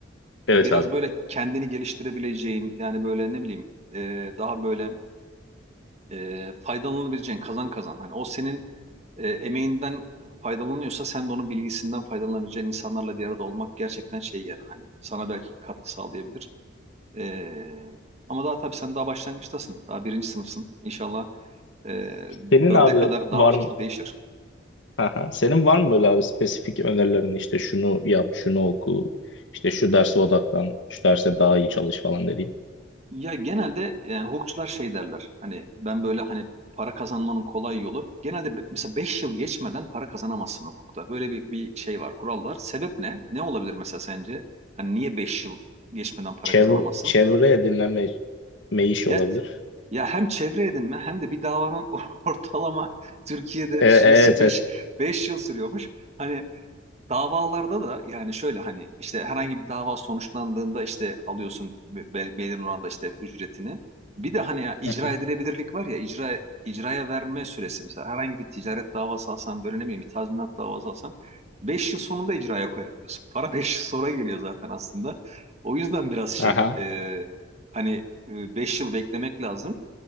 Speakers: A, on the left; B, on the right.
A: Evet
B: biraz
A: abi.
B: böyle kendini geliştirebileceğin yani böyle ne bileyim e, daha böyle e, faydalanabileceğin kazan kazan. Hani o senin e, emeğinden faydalanıyorsa sen de onun bilgisinden faydalanabileceğin insanlarla bir arada olmak gerçekten şey yani hani sana belki katkı sağlayabilir. E, ama daha tabii sen daha başlangıçtasın. Daha birinci sınıfsın. İnşallah e,
A: Senin
B: dörde
A: abi
B: kadar daha
A: var
B: fikir
A: mı?
B: değişir.
A: Aha. Senin var mı böyle abi spesifik önerilerin işte şunu yap, şunu oku, işte şu derse odaklan, şu derse daha iyi çalış falan dediğin.
B: Ya genelde yani hukukçular şey derler. Hani ben böyle hani para kazanmanın kolay yolu. Genelde be- mesela 5 yıl geçmeden para kazanamazsın hukukta. Böyle bir, bir şey var, kural var. Sebep ne? Ne olabilir mesela sence? Hani niye 5 yıl geçmeden para
A: Çev
B: kazanamazsın?
A: çevreye dinleme me iş
B: Ya
A: olabilir.
B: ya hem çevre edinme hem de bir davanın <laughs> ortalama Türkiye'de
A: E, evet
B: süresi beş
A: evet.
B: beş yıl sürüyormuş. Hani Davalarda da yani şöyle hani işte herhangi bir dava sonuçlandığında işte alıyorsun be- be- belirli oranda işte ücretini. Bir de hani ya icra
A: Hı hı.
B: edilebilirlik var ya icra icraya verme süresi mesela herhangi bir ticaret davası alsan böyle ne bileyim bir tazminat davası alsan 5 yıl sonunda icraya koyabiliyorsun. Para <laughs> 5 yıl sonra geliyor zaten aslında. O yüzden biraz şey
A: Aha.
B: e, hani 5 yıl beklemek lazım.